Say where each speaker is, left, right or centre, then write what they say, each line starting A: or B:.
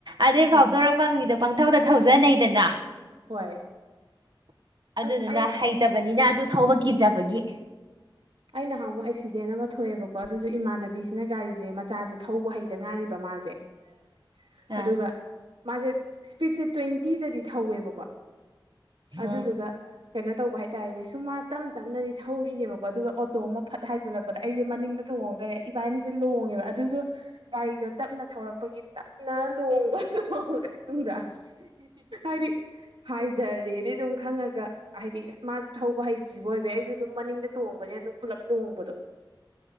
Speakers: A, on the right; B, on the right.
A: ꯑꯗꯨꯏ
B: ꯑꯥ
A: ꯐꯥꯎꯗꯣꯔꯛꯄ ꯃꯤꯗ ꯄꯪꯊꯧꯗ ꯊꯧꯖꯅꯩꯗꯅ
B: ꯍꯣꯏ
A: ꯑꯗꯨꯗꯨꯅ
B: ꯑꯁ ꯑꯩ
A: ꯍ ꯐꯠꯇꯕꯅꯤꯅ ꯑꯗꯨ ꯊꯧꯕ ꯀꯤꯖꯕꯒꯤ
B: ꯑꯩ ꯅꯍꯥꯟ ꯑꯃꯨꯛ ꯑꯦꯛꯁꯤꯗꯦꯟ ꯑꯃ ꯊꯣꯛꯑꯦꯕꯀꯣ ꯑꯗꯨꯁꯨ ꯏꯃꯥꯟꯅꯕꯤꯁꯤꯅ ꯒꯥꯔꯤꯁꯦ ꯃꯆꯥꯁꯦ ꯊꯧꯕ ꯍꯩꯇ ꯉꯥꯏꯔꯤꯕ ꯃꯥꯁꯦ <unintelligible>
A: ꯑꯥ
B: ꯑꯗꯨꯒ ꯃꯥꯁꯦ ꯏꯁꯄꯤꯠꯁꯦ ꯇ꯭ꯋꯦꯟꯇꯤꯗꯗꯤ ꯊꯧꯋꯦꯕꯀꯣ ꯑꯗꯨꯗꯨꯒ
A: ꯎꯝ
B: ꯀꯩꯅꯣ ꯇꯧꯕ ꯍꯥꯏꯇꯥꯔꯦꯅꯦ ꯁꯨꯝ ꯃꯥ ꯇꯞ ꯇꯞꯅꯗꯤ ꯊꯧꯔꯤꯅꯦꯕꯀꯣ ꯣ ꯑꯗꯨꯒ ꯑꯣꯇꯣ ꯑꯃ ꯐꯠ ꯍꯥꯏꯖꯤꯜꯂꯛꯄꯗ ꯑꯩꯁꯦ ꯃꯅꯤꯡꯗ ꯊꯣꯡꯉꯒꯔꯦ ꯏꯕꯥꯏꯅꯤꯁꯦ ꯂꯣꯡꯉꯦꯕ ꯑꯗꯨꯁꯨ ꯒꯥꯔꯤꯗꯣ ꯇꯞꯅ ꯊꯧꯔꯛꯄꯒꯤ ꯇꯞꯅ ꯂꯨꯍꯕ ꯂ ꯎꯗ ꯑꯔꯤ ꯍꯥꯏꯊꯔꯦ ꯑꯗꯨ ꯑꯗꯨꯝ ꯈꯪꯉꯒ ꯍꯥꯏꯗꯤ ꯃꯥꯁꯨ ꯊꯧꯕ ꯍꯩꯇ꯭ꯔꯤꯕ ꯑꯣꯏꯕ ꯑꯩꯁꯨ ꯑꯗꯨꯝ ꯃꯅꯤꯡꯗ ꯇꯣꯡꯕꯅꯦ ꯑꯗꯨꯝ ꯄꯨꯂꯞ ꯂꯣꯡꯕꯗꯣ